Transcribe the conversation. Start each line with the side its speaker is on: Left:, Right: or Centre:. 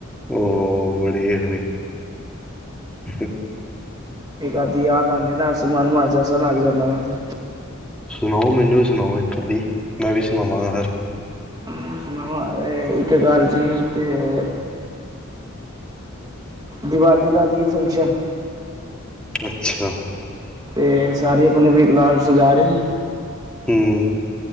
Centre: ਹੋਓ, ਬੜੀ ਆਰਵੀ। ਠੀ
Right: ਇੱਕਦ-ਆਧੀ ਯਾਦ ਆਂਦੇ ਨਾ, ਅਸ ਮਨ ਚ ਹਸਣ ਲੱਗ ਜਾਦਾਂ ਵਾ ਸੀ।
Centre: ਸੁਣਾਓ ਮੈਨੂੰ ਵੀ ਸੁਣਾਓ ਇੱਕ-ਅੱਧੀ, ਮੈਂ ਵੀ ਸੁਣਾਵਾਂਗਾ ਫਿਰ।
Right: ੳਂਂ, ਨਵਾਂ, ਇਹ ਇੱਕ ਗੱਲ ਸੀ ਤੇ ਦੀਵਾਲੀ ਦਾ ਸੀ ਫੰਕਸ਼ਨ
Centre: ਅੱਛਾ।
Right: ਤੇ ਸਾਰੀ ਆਪਣੀ-ਆਪਣੀ ਕਲਾਸ ਚ ਜਾ ਰਹੇ ਸੀ।
Centre: ਹੁਂ।